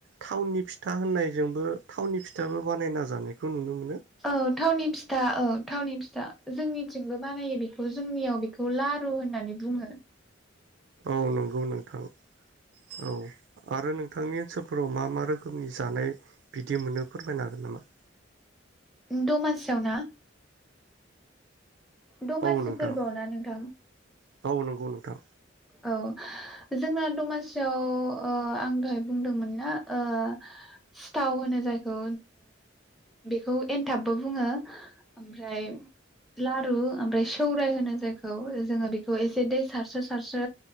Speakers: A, on the right; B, in the centre.
A: थावनि फिथा होननायजोंबो थावनि फिथाबो बानायना जानायखौ नुनो मो
B: औ थावनि फिथा औ थावनि फिथा जोंनि थिंबो बानायो बेखौ जोंनियाव बेखौ लारु होननानै बुङो।
A: औ नंगौ नों थां औ आरो नोंथांनि ओनसोल फोराव मा मा रोखोमनि जानाय बिदि मोनो फोरमायनो हागोन नामा
B: दमासियाव ना? दमासि
A: औ नोंथां
B: फोरबोआव ना नोंथां?
A: बाव नांगौ नोंथां
B: औ जोंना दमासियाव अ आं दहाय बुंदोंमोन ना अ सिथाव होनो जायखौ बेखौ खौ एनथाबबो बुङो ओमफ्राय लारु ओमफ्राय सौराय होनो जायखौ जोङो बेखौ एसे दै सारसोसार सारसो